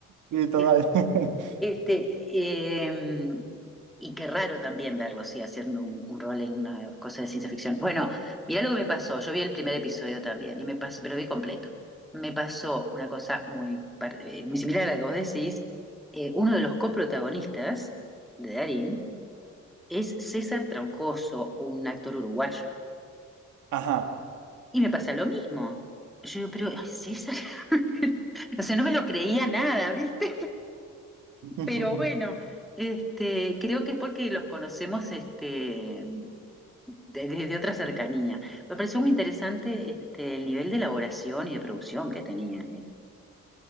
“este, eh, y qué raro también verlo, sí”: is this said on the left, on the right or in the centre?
Centre